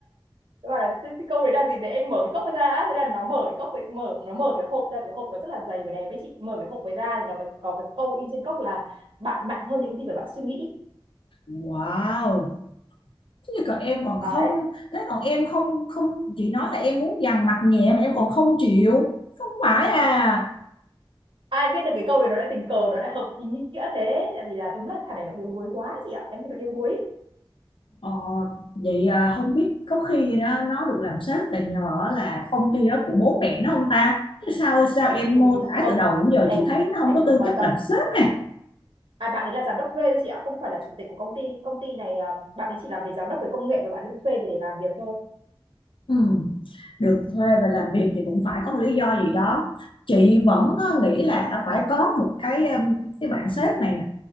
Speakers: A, on the right; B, on the left.
A: nó bảo là cái, câu đấy là gì để em mở cái cốc ra á. thế là nó mở cái cốc mở nó mở cái hộp ra cái hộp nó rất là dày và đẹp ấy chị mở cái hộp ấy ra thì nó có, có cái câu in trên cốc là bạn mạnh hơn những gì mà bạn suy nghĩ
B: wow Thế còn em còn không
A: đấy
B: thế còn em không không chị nói là em muốn dằn mặt nhẹ mà em còn không chịu không phải à
A: ai biết được cái câu đấy nó lại tình cờ nó lại hợp ý nghĩa thế tại vì là đúng là thằng này nó yếu đuối quá chị ạ em nghĩ nó yếu đuối
B: ờ, vậy à, không biết có khi đó nó được làm sếp là nhờ là công ty đó của bố mẹ nó không ta chứ sao sao em
A: ui
B: mô tả
A: không
B: từ đầu đến giờ
A: em
B: chị thấy nó không
A: em
B: có
A: không
B: tư
A: quan
B: chất
A: tâm
B: làm sếp này
A: à bạn ấy là giám đốc thuê thôi chị ạ không phải là chủ tịch của công ty công ty này à, bạn ấy chỉ làm về giám đốc về công nghệ và bạn ấy thuê về để làm việc thôi
B: ừ, được thuê về làm việc thì cũng phải có một lý do gì đó chị vẫn ờ, nghĩ là phải có một cái ờ, cái bạn sếp này